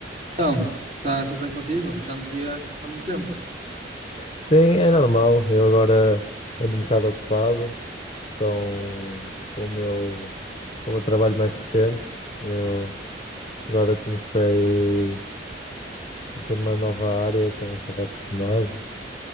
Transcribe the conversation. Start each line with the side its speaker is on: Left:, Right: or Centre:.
Right: Então, tá tudo bem contigo? Já não te via há muito tempo.
Left: Sim, é normal. Eu agora ando um bocado ocupado com, com o meu, com o meu trabalho mais recente. Eu agora comecei, comecei numa nova área que eu não estava acostumado.